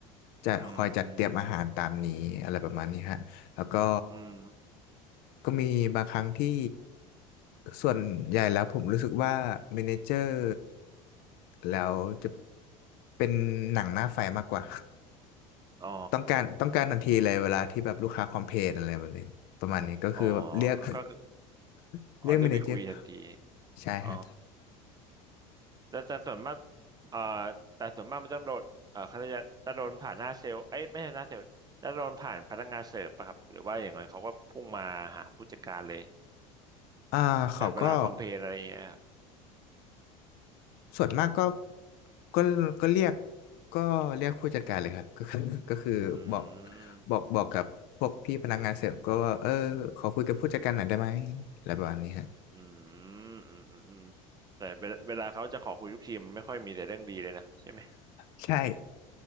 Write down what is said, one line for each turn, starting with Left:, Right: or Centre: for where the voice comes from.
Left: จะคอยจัดเตรียมอาหารตามนี้อะไรประมาณนี้ฮะ
Right: อืม
Left: แล้วก็
Right: อืม
Left: ก็มีบางครั้งที่ส่วนใหญ่แล้วผมรู้สึกว่าเมเนเจอร์แล้วจะเป็นหนังหน้าไฟมากกว่า
Right: อ๋อ
Left: <laughs> ต้องการต้องการทันทีเลยเวลาที่แบบลูกค้าคอมเพลนอะไรแบบนี้ประมาณนี้ก็คือแบบเรียก
Right: อ๋อก็คือ
Left: <laughs>
Right: อ๋อเรียกไปคุยทันที
Left: เรียกเมเนเจอร์ใช่ฮะ
Right: อ๋อแต่แต่ส่วนมากเอ่อแต่ส่วนมากมันต้องโดนเอ่อเขาจะจะโดนผ่านหน้าเซลล์เอ้ยไม่ใช่หน้าเซลล์จะโดนผ่านพนักงานเสิร์ฟปะครับหรือว่าอย่างไรเขาก็พุ่งมาหาผู้จัดการเลย
Left: อ่าเขาก็
Right: แบบเวลาคอมเพลนอะไรอย่างเงี้ยครับ
Left: ส่วนมากก็ก็ก็เรียกก็เรียกผู้จัดการเลยครับ <laughs> ก็คือก็คือบอก
Right: อืม
Left: บอกบอกกับพวกพี่พนักงานเสริมก็ว่าเออขอคุยกับผู้จัดการหน่อยได้ไหมอะไรประมาณนี้ฮะ
Right: อืมอืมอืมอืมแต่เวลาเวลาเขาจะขอคุยทุกทีมันไม่ค่อยมีแต่เรื่องดีเลยนะใช่ไหม
Left: ใช่